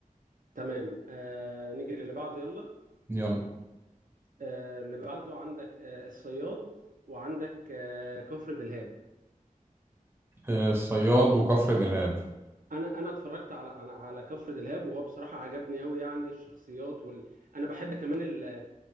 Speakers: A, on the right; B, on the right.
A: تمام آه نيجي للي بعده يلا
B: يلا
A: آه اللي بعده عندك آه الصياد وعندك آه كفر دلهاب
B: آه، الصياد وكفر دلهاب
A: انا انا اتفرجت على على على كفر دلهاب وهو بصراحه عجبني قوي يعني الشخصيات وال... انا بحب كمان ال-